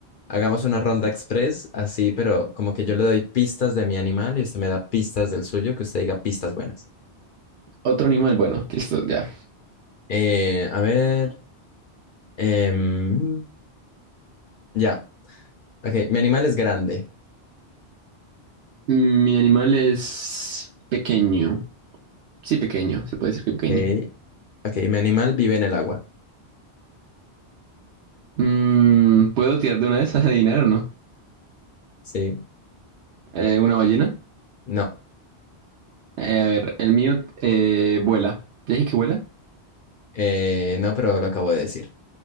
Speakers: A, on the left; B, on the right.
A: hagamos una ronda express, así, pero como que yo le doy pistas de mi animal y usted me da pistas del suyo, que usted diga pistas buenas.
B: Otro animal, bueno, listo, ya.
A: Eh, a ver. em, ya. Ok, mi animal es grande.
B: Mm, Mi animal es pequeño. Sí, pequeño, se puede decir que pequeño.
A: Ok, ok, mi animal vive en el agua.
B: Mm, ¿puedo tirar de una vez a adivinar o no?
A: Sí,
B: Eh, ¿una ballena?
A: no,
B: Eh, a ver, el mío eh, vuela. ¿Ya dije que vuela?
A: eh, no, pero lo acabo de decir.